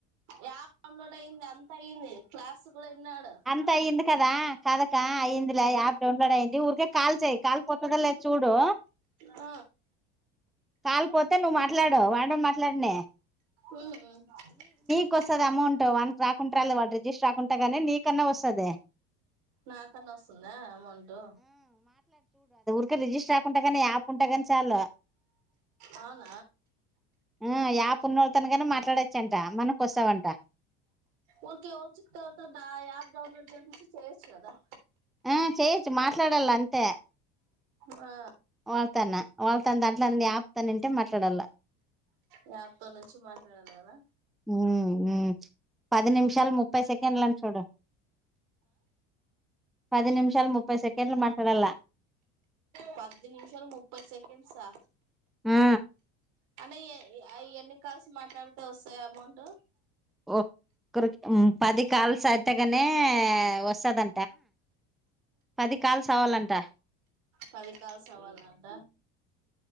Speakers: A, on the right; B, in the centre.
A: ಯಾಪ್ ಡೌನ್ಲೋಡ್ ಐಿ ಅಂತ ಯನ ಕ್ಲಾಸ್ ಗಳು ಎನ್ನಡು
B: ಅಯ್ ಕದಾ ಕದಕ್ಕಯಿ ಲಾ ಯ್ಯಪ್ ಡೌನ್ಲೋಡ್ ಅಯಿ ಊರ್ಕ ಕಾಲ್ ಚಿ ಕಾಲ್ ಪತದಲ್ಲ ಚೂಡು
A: ಹ
B: ಕಾಲಪೋ ನವು ಮಾಟ್ಾಡು ಒಂಡು ಮಾಟ್ಡನೆ
A: ಹ್ಮ್ ಹ್ಮ್
B: ನಕ್ಸ್ತದ ಅಮೌಂಟ್ ಒ ಅಕ ರಕೊಂಡು ರಲ್ಲೆ ಒಳು ರಜಿಸಸ್ರ್್ಕಂೆ ಾನ ನೀಕನ್ನ ಒಸ್ದೆ
A: ನಾಕನ್ನಸಂದ ಅಮಂಟು
B: ರರಿಜಿಿಸ್ಟರ್ ಆಕಂಟ ಯಪ್ ಉಂಟ ಾನ ಚಾು
A: ಹಾನ
B: ಹ್ಮಂ ಯ ಪುಣೋಳ ತನ ನ ಮಾತಾಡಚ್ಚಟ ಮನಕ ಕೊಸಾವಟ
A: ಓ ಓ ಸಿಿತ ನಾ ಆಪ್ ಡೌನ್ಲೋಡ್ು ಚೆಸ ದ
B: ಹ ಚಯಚ್ಚು ಮಾತಲಡಲ್ಲ ಅಂತೇ
A: ಹಾ
B: ವಳ್ತಾನ ವಳ್ತನ್ ದಾಂಟ್ಲ ಆಪ್ತಾನಂೇ ಮಾತಾಡಲ್ಲ
A: ನಞಪ್ೋನುಚ ಮಾತಾಡಲ್ಲಾನ
B: ಹ್ಮ್ ಹ್ಮ್ ಪದ ನಿಮಿಷಾಲ ಮುಪ್ಪೈ ಸೆಕೆಂಡ್ಲ್ಲ ಚೋಡ ಪದ ನಿಮಷಲ್ ಮುಪೈ ಸೆಕೆಂಡ್ಲ್ ಮಾತಾಡಲ್ಲ
A: ಪತ್ತು ನಿಮಿಷಾಲ ಮುಪ್ಪತ್ತು ಸೆಕೆಂಡ್ಸಾ
B: ಹಾ
A: ಅಂದೆ ಎಣ ಕಲ್ಸ ಮಾತಾಡ್ತೆ ವಸ್ಾಯ ಅಮೌಂಟ್
B: ಒ್ರ ಪದ ಕಾಲ್ಸ್ ಅಐತೆಗನೆ ವಸ್ದಟ ಪದ ಕಾಲ್ಸ್ ಅವಾಲಟ
A: ಪದಿಕಾಾಲ ಸವಾಲಾಂತ